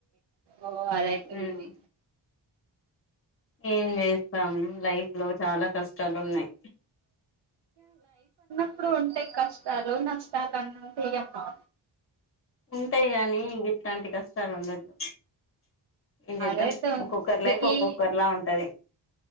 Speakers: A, on the right; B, on the left.
A: ఓ అదేతే
B: ఉమ్
A: ఉంది
B: ఏం స్తాం లైఫ్ లో చాలా కష్టాలు ఉన్నాయి
A: ఇప్పుడు ఉంటే కష్టాలు నష్టాలు ఉంటాయి అమ్మా
B: ఉంటాయి గానీ ఇట్లాంటి కష్టాలు ఉండద్దు ఏం చేద్దాం
A: అదైతే ఉంది
B: ఒక్కొక్కర్ లైఫ్ ఒక్కొక్కర్ల
A: ఈ
B: ఉంటది